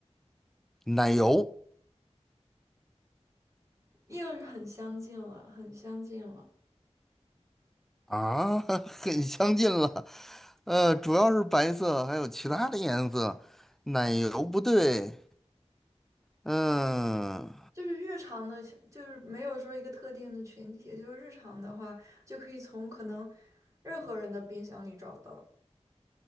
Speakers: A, in the centre; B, on the right (about 30°).
A: 奶油
B: 又是很相近了，很相近了。
A: 啊，<laughs> 很相近了。呃，主要是白色，还有其他的颜色。奶油不对，嗯，
B: 就是日常的，就是没有说一个特定的群体，就是日常的话，就可以从可能任何人的冰箱里找到。